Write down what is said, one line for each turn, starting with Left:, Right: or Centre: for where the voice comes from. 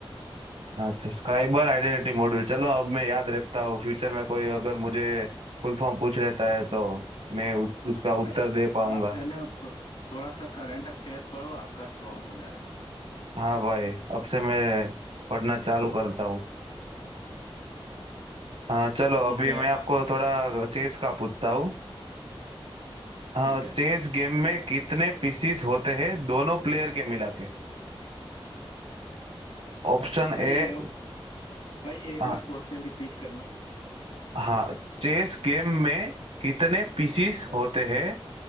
Right: अच्छा साइबर आइडेंटिटी मॉड्यूल चलो अब मैं याद रखता हूँ फ्यूचर में कोई अगर मुझे फुल फॉर्म पूछ लेता है तो मैं उ, उसका
Left: भाई
Right: उत्तर दे पाऊंगा
Left: आप है ना थो- थोड़ा सा करंट अफेयर्स पढ़ो आपका स्ट्रांग हो जाएगा
Right: हाँ भाई अब से मैं पढ़ना चालू करता हूँ हाँ चलो
Left: ठीक
Right: अभी
Left: है
Right: मैं आपको
Left: आ,
Right: थोड़ा चेस का पूछता हूँ हाँ
Left: ठीक है
Right: चेस गेम में कितने पीसीस होते हैं दोनों प्लेयर के मिला के Option
Left: भाई
Right: A
Left: ये हो- भाई एक
Right: हाँ
Left: बार क्वेश्चन रिपीट करना
Right: हाँ चेस गेम में कितने पीसीस
Left: अच्छा
Right: होते हैं